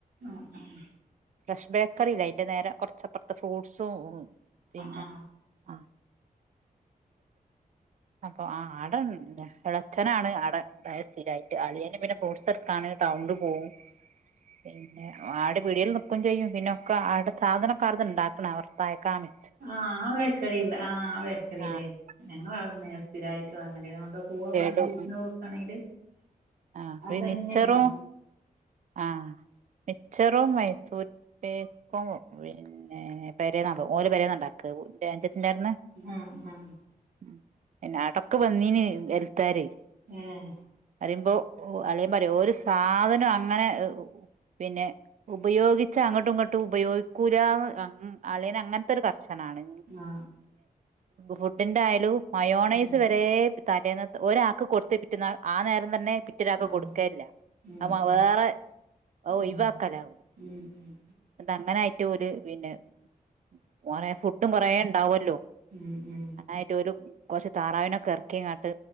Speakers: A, on the right; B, on the right.
A: ആഹ് ആഹ്
B: ഫ്രഷ് ബേക്കറി ഇല്ലെഅതിന്റെ നേരെ കൊറച്ചപ്പുറത്തെ ഫ്രൂട്സും പിന്നെ
A: ആ ആ
B: ആഹ് അപ്പൊ ആട് ഒണ്ട് ഇളയച്ചനാ ആടെ സ്ഥിരമായിട്ട് അളിയ പിന്നെ ഫ്രൂട്ട്സ് എടുക്കാണ് ടൗണിൽ പോവും പിന്നെ ആട് പിടിൽ നിക്കുകയും ചെയ്യും പിന്നൊക്കെ ആടെ സാധനം കറന്നുണ്ടാക്കണ വർത്തായക്കാമി
A: ആഹ് ആഹ് ബേക്കറിയില്ല ആ ആ ബേക്കറില്ലേ
B: ആഹ്
A: ഞങ്ങൾ അവ ടുന്ന വാങ്ങിത് സ്ഥിരമായിട്ട് അങ്ങനെത കൊണ്ട് പോവക്കണെങ്കിൽ
B: ലഡു
A: വീട്ടിനന് പോവക്കാണെങ്കിൽ
B: ആഹ്
A: അതന്നെയ
B: മിച്ചറും
A: <inaudible>
B: ആഹ് മിച്ചറോ മൈസൂരിേക്കും പിന്നെ പെരേന്നാ ഓല പരേന്നണ്ടാക്ക അഞ്ചച്ച്ചൻ്ണ്ടായിന്ന്
A: ആഹ് ആഹ്
B: <inaudible>
A: ഉം
B: അറിയുമ്പോ അളിയുമ്പ റയും ഒരു സാധനം അങ്ങനെ പിന്നെ ഉപയോഗിച്ച അങ്ങോട്ടും ഇങ്ങോട്ടും ഉപയോഗിക്കൂല്ല അളിയന് അങ്ങനത്തെ ഒരു കർശനാണ്
A: ആ
B: ഫുഡിന്റെ ആയാലും മയോണൈസ്
A: ഉം
B: വരുന്ന ദേ തലേന്നത് ഒരാൾക്ക് കൊടുത്ത് പിറ്റന്നാള് ആ നേരം തന്നെ പിന്നൊരാക്കെ
A: ആ
B: കൊടുക്കേല്ല
A: ഉം
B: അ
A: ഉം
B: വേറെ അ
A: ഉം
B: ഒയിവാക്കലാ
A: ഉം ഉം
B: ഇന്നണ്ടങ്ങനൊയിട്ട് ഓല് പിന്നെ <unintelligible> ഫുഡും കൊറെേ ഉണ്ടാവല്ലോ
A: ഉം ഉം
B: ആായിട്ട് ഒരു കുറച്ച് താറാവിനൊക്കെ ഇറക്കിങ്ങാട്ട്